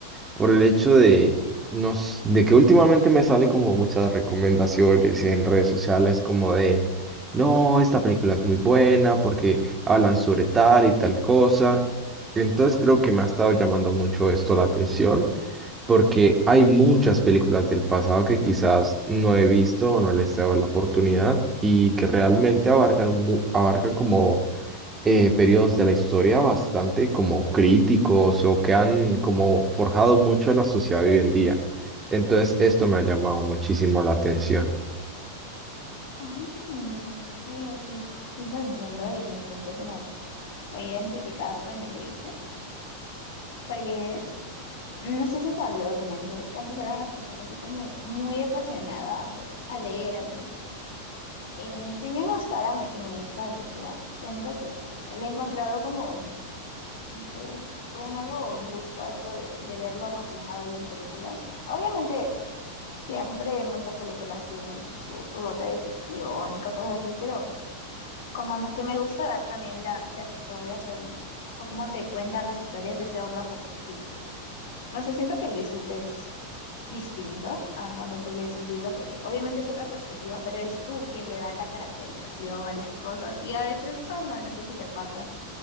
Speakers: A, on the right; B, on the left.
A: por el hecho de, no, s- de que últimamente me salen como muchas recomendaciones en redes sociales como de, no, esta película es muy buena porque hablan sobre tal y tal cosa. Entonces creo que me ha estado llamando mucho esto la atención porque hay muchas películas del pasado que quizás no he visto o no les he dado la oportunidad y que realmente abarcan, mu- abarcan como eh, periodos de la historia bastante como críticos o que han como forjado mucho a la sociedad de hoy en día. Entonces, esto me ha llamado muchísimo la atención.
B: Ah, mm, ok, ok, sí lo entiendo y me siento como muy identificada con lo que dices, porque no sé si te habló, comenté que antes era una persona así como muy apasionada pues a leer, ¿no? Eh, si bien hasta ahora me, me gusta la lectura, siento que le he encontrado como, no sé, un nuevo gusto a esto de, de verlo reflejado ahí en películas. Obviamente siempre muchas películas tienen pues su, su dote de ficción y cosas así, pero... como que me gusta ver también la- las historias o, el- o cómo te cuentan las historias desde otra perspectiva. No sé, siento que el disfrute es distinto a cuando tú lees un libro, porque obviamente es otra perspectiva, pero eres tú quien le da la caracterización, las cosas. Y a veces cuando, no sé si te pasa